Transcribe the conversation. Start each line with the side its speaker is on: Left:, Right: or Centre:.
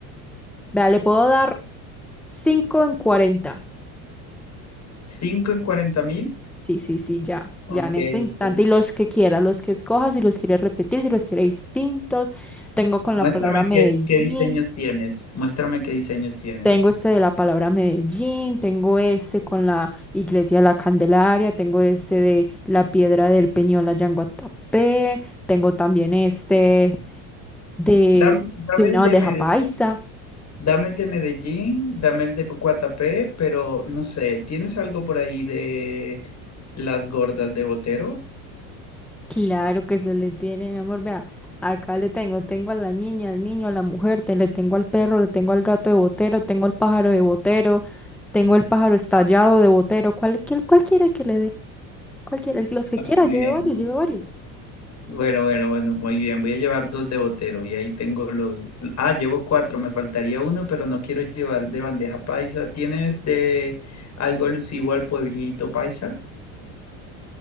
Centre: Vea, le puedo dar 5 en 40.
Left: ¿Cinco en cuarenta mil?
Centre: Sí, sí, sí, ya,
Left: Ok,
Centre: ya en este instante.
Left: ok.
Centre: Y los que quiera, los que escoja, si los quiere repetir, si los quiere distintos. Tengo con
Left: Muéstrame
Centre: la palabra Medellín,
Left: qué, qué diseños tienes. Muéstrame qué diseños tienes.
Centre: tengo este de la palabra Medellín, tengo este con la iglesia de la Candelaria, tengo este de la piedra del Peñol allá en Guatapé, tengo también este de,
Left: Dame, dame
Centre: de una
Left: el
Centre: bandeja
Left: de Medellín.
Centre: paisa.
Left: Dame el de Medellín, dame el de Guatapé, pero no sé, ¿tienes algo por ahí de las gordas de Botero?
Centre: Claro que se le tiene, mi amor, vea, acá le tengo, tengo a la niña, al niño, a la mujer, te, le tengo al perro, le tengo al gato de Botero, tengo al pájaro de Botero, tengo el pájaro estallado de Botero, ¿cuál, quién- cuál quiere que le dé? Cualquiera, los que
Left: Ah,
Centre: quiera,
Left: muy
Centre: lleve
Left: bien.
Centre: varios,
Left: muy-
Centre: lleve varios.
Left: Bueno, bueno, bueno, muy bien. Voy a llevar dos de Botero y ahí tengo los... Ah, llevo cuatro, me faltaría uno, pero no quiero llevar de bandeja paisa. ¿Tienes de algo alusivo al pueblito paisa?